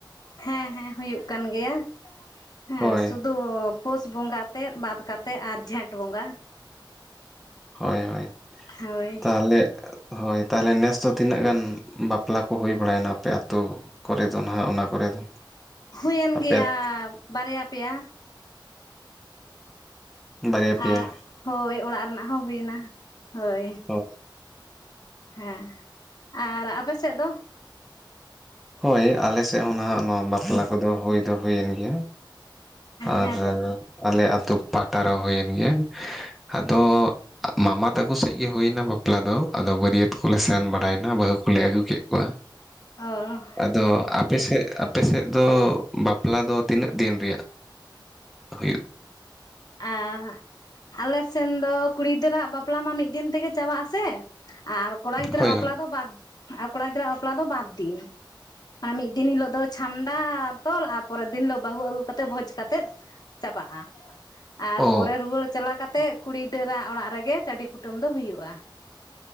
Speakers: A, on the left; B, in the centre.
A: ᱦᱮᱸ ᱦᱮᱸ ᱦᱩᱭᱩᱜ ᱠᱟᱱ ᱜᱮᱭᱟ᱾ ᱦᱮᱸ
B: ᱦᱳᱭ
A: ᱥᱩᱫᱩ ᱯᱩᱥ ᱵᱚᱸᱜᱟ ᱛᱮᱫ ᱵᱟᱫᱽ ᱠᱟᱛᱮᱫ ᱟᱨ ᱡᱷᱮᱸᱴ ᱵᱚᱸᱜᱟ᱾
B: ᱦᱳᱭ ᱦᱳᱭ
A: ᱦᱳᱭ
B: ᱛᱟᱦᱚᱞᱮᱼᱼ ᱦᱳᱭ ᱛᱟᱦᱚᱞᱮ ᱱᱮᱥ ᱫᱚ ᱛᱤᱱᱟᱹᱜ ᱜᱟᱱ ᱵᱟᱯᱞᱟ ᱠᱚ ᱦᱩᱭ ᱵᱟᱲᱟᱭᱱᱟ ᱟᱯᱮ ᱟᱛᱳᱼᱼ ᱠᱚᱨᱮ ᱫᱚ ᱱᱟᱦᱟᱜ ᱚᱱᱟ ᱠᱚᱨᱮ ᱫᱚ?
A: ᱦᱩᱭᱮᱱ
B: ᱟᱯᱮᱭᱟᱜ
A: ᱜᱮᱭᱟ ᱵᱟᱨᱭᱟ ᱯᱮᱭᱟ᱾
B: ᱵᱟᱨᱭᱟ ᱯᱮᱭᱟ
A: ᱟᱨ ᱦᱳᱭ ᱚᱲᱟᱜ ᱨᱮᱱᱟᱜ ᱦᱚᱸ ᱦᱩᱭᱮᱱᱟ ᱦᱳᱭ᱾
B: <unintelligible>
A: ᱦᱮᱸ ᱟᱨ ᱟᱯᱮ ᱥᱮᱫ ᱫᱚᱼᱼ
B: ᱦᱳᱭ ᱟᱞᱮ ᱥᱮᱫ ᱦᱚᱸ ᱱᱟᱦᱟᱜ ᱱᱚᱣᱟ ᱵᱟᱯᱞᱟ ᱠᱚᱫᱚ ᱦᱩᱭ ᱫᱚ ᱦᱩᱭᱮᱱ ᱜᱮᱭᱟ᱾ ᱟᱨ
A: ᱦᱮᱸ ᱛᱚ
B: ᱟᱞᱮ ᱟᱹᱛᱩ ᱯᱟᱦᱴᱟ ᱨᱮ ᱦᱩᱭᱮᱱ ᱜᱮᱭᱟ, ᱟᱫᱚᱼᱼ ᱢᱟᱢᱟ ᱛᱟᱠᱚ ᱥᱮᱫ ᱜᱮᱤ ᱦᱩᱭᱱᱟ ᱵᱟᱯᱞᱟ ᱫᱚ ᱟᱫᱚ ᱵᱟᱹᱨᱭᱟᱹᱛ ᱠᱚᱞᱮ ᱥᱮᱱ ᱵᱟᱲᱟᱭᱱᱟ, ᱵᱟᱹᱦᱩ ᱠᱚᱞᱮ ᱟᱹᱜᱩ ᱠᱮᱫ ᱠᱚᱣᱟ᱾
A: ᱚᱻ
B: ᱟᱫᱚ ᱟᱯᱮ ᱥᱮᱫ ᱟᱯᱮ ᱥᱮᱜ ᱫᱚ ᱵᱟᱯᱞᱟ ᱫᱚ ᱛᱤᱱᱟᱹᱜ ᱫᱤᱱ ᱨᱮᱭᱟᱜ ᱦᱩᱭᱩᱜ
A: ᱟ ᱟᱞᱮ ᱥᱮᱱ ᱫᱚ ᱠᱩᱲᱤ ᱜᱤᱫᱟᱹ ᱨᱟᱜ ᱵᱟᱯᱞᱟ ᱢᱟ ᱢᱤᱫ ᱫᱤᱱ ᱛᱮᱜᱮ ᱪᱟᱵᱟᱜ ᱟᱥᱮ, ᱟᱨ ᱠᱚᱲᱟ ᱜᱤᱫᱟᱹ
B: ᱦᱳᱭ
A: ᱨᱟᱜ ᱵᱟᱯᱞᱟ
B: ᱦᱳᱭ
A: ᱫᱚ ᱵᱟᱫ ᱠᱚᱲᱟ ᱜᱤᱫᱟᱹ ᱨᱟᱜ ᱵᱟᱯᱞᱟ ᱫᱚ ᱵᱟᱫ ᱫᱤᱱ, ᱢᱟᱱᱮ ᱢᱤᱫ ᱫᱤᱱ ᱦᱤᱞᱳᱜ ᱫᱚ ᱪᱷᱟᱢᱰᱟ ᱛᱚᱞ ᱟ ᱯᱚᱨᱮᱫ ᱫᱤᱱ ᱞᱳᱜ ᱵᱟᱹᱦᱩ ᱟᱹᱜᱩ ᱠᱟᱛᱮᱜ ᱵᱷᱚᱡᱽ ᱠᱟᱛᱮ ᱪᱟᱵᱟᱜ-ᱟ᱾ ᱟᱨ
B: ᱚ
A: ᱯᱚᱨᱮ ᱨᱩᱣᱟᱹᱲ ᱪᱟᱞᱟ ᱠᱟᱛᱮ ᱠᱩᱲᱤᱫᱟᱹᱨᱟᱜ ᱚᱲᱟᱜ ᱨᱮᱜᱮ ᱪᱟᱹᱰᱤ ᱠᱩᱴᱟᱹᱢ ᱫᱚ ᱦᱩᱭᱩᱜ-ᱟ᱾